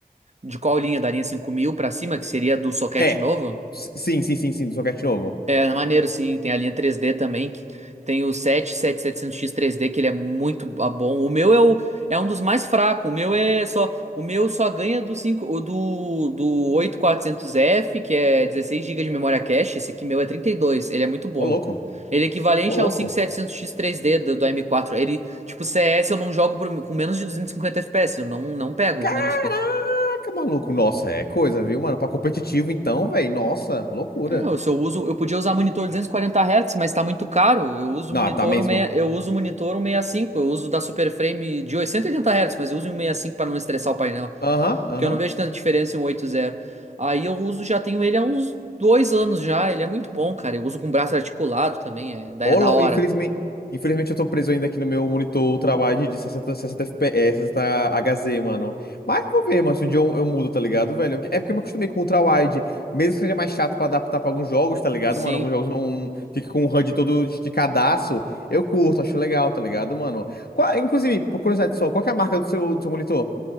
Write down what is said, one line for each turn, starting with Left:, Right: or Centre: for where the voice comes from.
Right: De qual linha? Da linha 5.000 pra cima, que seria do soquete
Left: É.
Right: novo?
Left: S- Sim, sim, sim, sim, do socket novo.
Right: É maneiro, sim. Tem a linha 3D também. que Tem o 7700X 3D, que ele é muito ah, bom. O meu é, o, é um dos mais fracos. O meu é só. O meu só ganha do 5, o do, do 8400F, que é 16 GB de memória cache. Esse aqui meu é 32. Ele é muito bom.
Left: Ô, louco.
Right: Ele é equivalente
Left: Ô, louco.
Right: ao 5700X 3D do, do M4. Ele, tipo, CS eu não jogo por- com menos de 250 FPS. Eu não, não pego
Left: Caraca,
Right: menos que isso.
Left: maluco. Nossa, é coisa, viu, mano? Pra competitivo, então, velho. Nossa, loucura.
Right: É, eu, se eu uso, eu podia usar monitor 240 Hz, mas tá muito caro. Eu uso
Left: Não,
Right: monitor
Left: tá mesmo.
Right: um meia eu uso monitor um sessenta e cinco eu uso da Superframe de 880 Hz, mas eu uso um em cinco para não estressar o painel,
Left: Aham, aham.
Right: porque eu não vejo tanta diferença em um 80. Aí eu uso, já tenho ele há uns dois anos já, ele é muito bom, cara. Eu uso com braço articulado também, é, da-
Left: Ô,
Right: é da
Left: lou-
Right: hora.
Left: Infelizmente, infelizmente eu tô preso ainda aqui no meu monitor ultrawide de 60, 60 FPS, 60 HZ, mano. Mas eu vou ver, mano, se um dia eu, eu mudo, tá ligado, velho? É porque eu me acostumei com o ultrawide, mesmo que seja mais chato pra adaptar pra alguns jogos, tá ligado,
Right: Sim,
Left: mano? Alguns jogos não fica com o HUD todo esticadaço. Eu curto, acho legal, tá ligado, mano? Qual- inclusive, por curiosidade só, qual que é a marca do seu, do seu monitor?